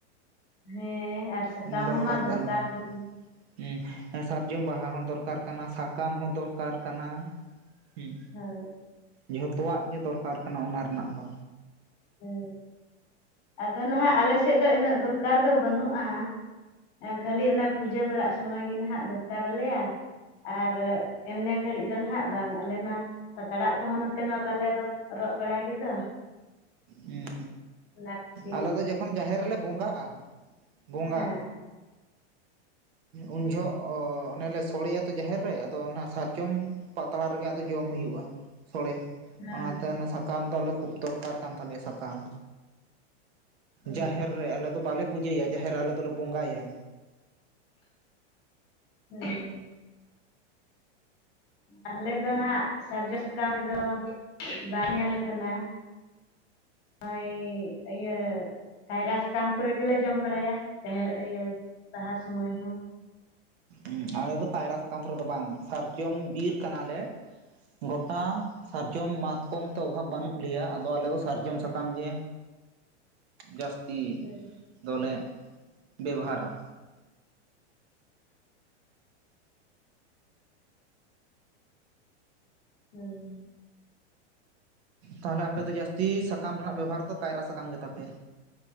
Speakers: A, on the left (about 30°); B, on the right (about 60°).
A: ᱦᱮᱸ ᱟᱨ ᱥᱟᱠᱟᱢ
B: ᱫᱚᱨᱠᱟᱨ
A: ᱦᱚᱸᱢᱟ
B: ᱠᱟᱱ
A: ᱫᱚᱨᱠᱟᱨ
B: ᱜᱮᱭᱟ
A: ᱵᱚᱱ
B: ᱦᱩᱸ ᱮᱸ ᱥᱟᱨᱡᱚᱢ ᱵᱟᱦᱟ ᱦᱚᱸ ᱫᱚᱨᱠᱟᱨ ᱠᱟᱱᱟ ᱥᱟᱠᱟᱢ ᱦᱚᱸ ᱫᱚᱨᱠᱟᱨ ᱠᱟᱱᱟ ᱦᱩᱸ
A: ᱦᱳᱭ
B: ᱡᱷᱚᱛᱚᱣᱟᱜ ᱜᱮ ᱫᱚᱨᱠᱟᱨ ᱠᱟᱱᱟ ᱚᱱᱟ ᱨᱮᱱᱟᱜ ᱫᱚ
A: ᱦᱩᱸ ᱟᱫᱚ ᱱᱟᱦᱟᱜ ᱟᱞᱮ ᱥᱮᱫ ᱫᱚ ᱤᱱᱟᱹᱜ ᱫᱚᱨᱠᱟᱨ ᱫᱚ ᱵᱟᱹᱱᱩᱜ-ᱟ ᱠᱷᱟᱹᱞᱤ ᱚᱱᱟ ᱯᱩᱡᱟᱹ ᱵᱟᱲᱟᱟᱜ ᱥᱚᱢᱚᱭ ᱜᱮ ᱦᱟᱜ ᱫᱚᱨᱠᱟᱨ ᱟᱞᱮᱭᱟ ᱟᱨ ᱮᱢᱱᱮ ᱜᱷᱟᱹᱲᱤᱡ ᱫᱚ ᱱᱟᱦᱟᱜ ᱵᱟᱝ ᱟᱞᱮ ᱢᱟ ᱯᱟᱛᱲᱟᱜ ᱠᱚᱦᱚᱸ ᱱᱚᱛᱮ ᱢᱟ ᱵᱟᱞᱮ ᱨᱚᱜ ᱵᱟᱲᱟᱭ ᱜᱮᱫᱚ
B: ᱦᱩᱸ
A: ᱚᱱᱟ ᱠᱷᱟᱹᱛᱤᱨ
B: ᱟᱞᱮ ᱫᱚ ᱡᱚᱠᱷᱚᱱ ᱡᱟᱦᱮᱨ ᱨᱮᱞᱮ ᱵᱚᱸᱜᱟᱜ-ᱟ ᱵᱚᱸᱜᱟ
A: ᱦᱮᱸ
B: ᱩᱱ ᱡᱷᱚᱜ ᱚᱱᱮᱞᱮ ᱥᱳᱲᱮᱭᱟ ᱛᱚ ᱡᱟᱦᱮᱨ ᱨᱮ ᱟᱫᱚ ᱚᱱᱟ ᱥᱟᱨᱡᱚᱢ ᱯᱟᱛᱲᱟ ᱨᱮᱜᱮ ᱟᱫᱚ ᱡᱚᱢ ᱦᱩᱭᱩᱜ-ᱟ ᱥᱳᱲᱮ
A: ᱦᱮᱸ
B: ᱚᱱᱟᱛᱮ ᱚᱱᱟ ᱥᱟᱠᱟᱢ ᱫᱚ ᱟᱞᱮ ᱠᱷᱩᱵ ᱫᱚᱨᱠᱟᱨ ᱠᱟᱱ ᱛᱟᱞᱮᱭᱟ ᱥᱟᱠᱟᱢ
A: ᱦᱳᱭ
B: ᱡᱟᱦᱮᱨ ᱨᱮ ᱟᱞᱮ ᱫᱚ ᱵᱟᱞᱮ ᱯᱩᱡᱟᱹᱭᱟ ᱡᱟᱦᱮᱨ ᱨᱮ ᱟᱞᱮ ᱫᱚᱞᱮ ᱵᱚᱸᱜᱟᱭᱟ
A: ᱦᱳᱭ ᱟᱞᱮ ᱫᱚ ᱱᱟᱜ ᱥᱟᱨᱡᱚᱢ ᱥᱟᱠᱟᱢ ᱨᱮᱫᱚ ᱵᱟᱝ ᱧᱮᱞ ᱠᱟᱱᱟ ᱚᱭ ᱤᱭᱟᱹ ᱠᱟᱭᱨᱟ ᱥᱟᱠᱟᱢ ᱠᱚᱨᱮ ᱜᱮᱞᱮ ᱡᱚᱢ ᱵᱟᱲᱟᱭᱟ ᱡᱟᱦᱮᱨ ᱤᱭᱟᱹ ᱵᱟᱦᱟ ᱥᱩᱢᱚᱭ ᱦᱚᱸ
B: ᱩᱸᱜ ᱟᱞᱮ ᱫᱚ ᱠᱟᱭᱨᱟ ᱥᱟᱠᱟᱢ ᱨᱮᱫᱚ ᱵᱟᱝ ᱥᱟᱨᱡᱚᱢ ᱵᱤᱨ ᱠᱟᱱᱟᱞᱮ ᱜᱚᱴᱟ ᱥᱟᱨᱡᱚᱢ ᱢᱟᱛᱠᱚᱢ ᱛᱮ ᱚᱵᱷᱟᱵᱽ ᱵᱟᱹᱱᱩᱜ ᱞᱮᱭᱟ ᱟᱫᱚ ᱟᱞᱮ ᱫᱚ ᱥᱟᱨᱡᱚᱢ ᱥᱟᱠᱟᱢ ᱜᱮ
A: <inaudible>
B: ᱡᱟᱥᱛᱤ
A: ᱦᱮᱸ
B: ᱫᱚᱞᱮ ᱵᱮᱵᱷᱟᱨᱟ
A: ᱦᱩᱸ
B: ᱛᱟᱦᱚᱞᱮ ᱟᱯᱮ ᱫᱚ ᱡᱟᱹᱥᱛᱤ ᱥᱟᱠᱟᱢ ᱨᱮᱱᱟᱜ ᱵᱮᱵᱽᱦᱟᱨ ᱫᱚ ᱠᱟᱭᱨᱟ ᱥᱟᱠᱟᱢ ᱜᱮᱛᱟᱯᱮ